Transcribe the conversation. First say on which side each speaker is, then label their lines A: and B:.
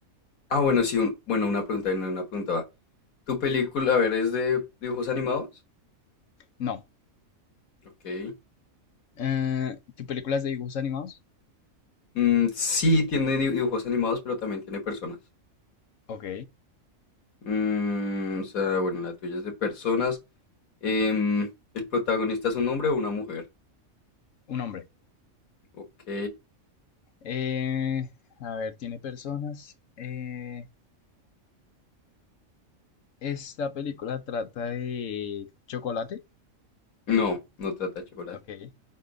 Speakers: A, on the left; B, on the left.
A: Ah, bueno, sí, un- bueno, una pregunta, no, una pregunta va. ¿Tu película, a ver, es de dibujos animados?
B: No.
A: Ok.
B: Eh, ¿tu película es de dibujos animados?
A: Mm, sí, tiene di- dibujos animados, pero también tiene personas.
B: Ok.
A: Mm, o sea, bueno, la tuya es de personas. Em, ¿el protagonista es un hombre o una mujer?
B: Un hombre.
A: Ok.
B: Eh, a ver, ¿tiene personas? Eh... Esta película trata de chocolate.
A: No, no trata de chocolate.
B: Ok.